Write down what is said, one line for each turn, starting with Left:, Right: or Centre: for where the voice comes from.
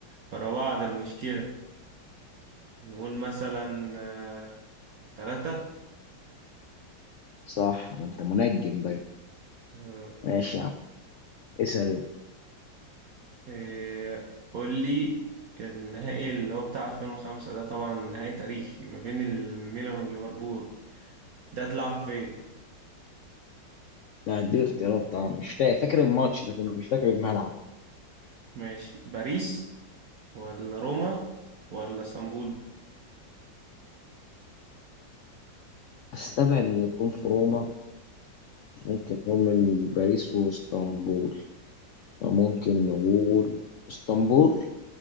Right: ورا بعض المشكلة نقول مثلا آه، تلاتة
Left: صح ما أنت منجم بقى
Right: آه،
Left: ماشي اسأل انت
Right: إيه، قول لي النهائي اللي هو بتاع 2005 ده طبعا نهائي تاريخي ما بين الميلان وليفربول ده اتلعب فين
Left: لا اديني اختيارات طبعا مش فاكر فاكر الماتش لكن مش فاكر الملعب
Right: ماشي باريس ولا روما ولا اسطنبول
Left: استبعد ان نكون في روما ممكن نكون من باريس واسطنبول فممكن نقول اسطنبول